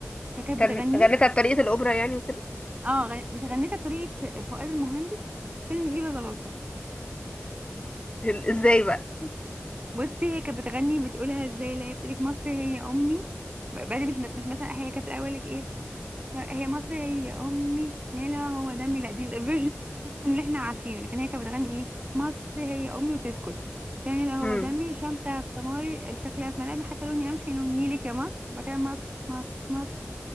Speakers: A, on the right (about 30°); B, on the left (about 20°).
A: فكانت
B: تم-
A: بتغنيها
B: غنيتها بطريقة الأوبرا يعني وكده
A: اه غن... بس غنيتها بطريقه فؤاد المهندس في فيلم فيفا زلاطه
B: إزاي بقى
A: بصي هي كانت بتغني بتقولها ازاي لا هي بتقولك مصر هي امي بعدين مش مش مثلا هي كانت الاول لك ايه هي مصر هي امي لا لا هو دمي لا دي الفيرجن اللي احنا عارفينه لكن هي كانت بتغني ايه مصر هي امي وتسكت كان اللي
B: مم.
A: هو دمي شمسها في سماري شكلها في ملامح حتى لوني قمحي لون نيلك يا مصر وبعد كده مصر مصر مصر